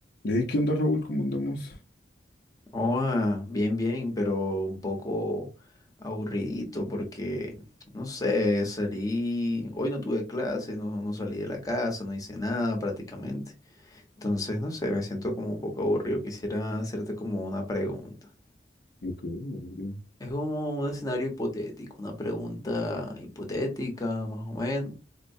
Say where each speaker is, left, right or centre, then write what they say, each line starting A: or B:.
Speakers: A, on the left (about 65°); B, on the left (about 20°).
A: Ey, ¿qué onda, Raúl? ¿Cómo andamos?
B: Oh, ah, bien, bien, pero un poco aburridito porque, no sé, salí, hoy no tuve clase, no, no salí de la casa, no hice nada prácticamente. Entonces, no sé, me siento como un poco aburrido. Quisiera hacerte como una pregunta.
A: Ok, Rodrigo.
B: Es como un escenario hipotético, una pregunta hipotética, más o menos.